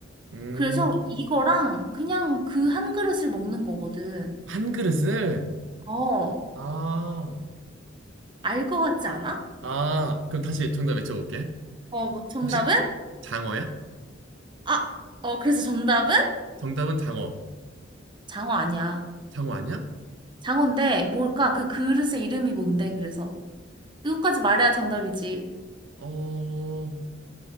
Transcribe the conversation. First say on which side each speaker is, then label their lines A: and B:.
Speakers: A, on the right (about 75°); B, on the right (about 25°).
A: 음,
B: 그래서 이거랑 그냥 그 한 그릇을 먹는 거거든.
A: 한 그릇을?
B: 어,
A: 아.
B: 알 것 같지 않아?
A: 아, 그럼 다시 정답 외쳐볼게.
B: 어, 뭐 정답은?
A: 혹시 장어야?
B: 아, 어, 그래서 정답은?
A: 정답은 장어.
B: 장어 아니야.
A: 장어 아니야?
B: 장어인데 뭘까? 그 그릇의 이름이 뭔데, 그래서. 그것까지 말해야 정답이지.
A: 어,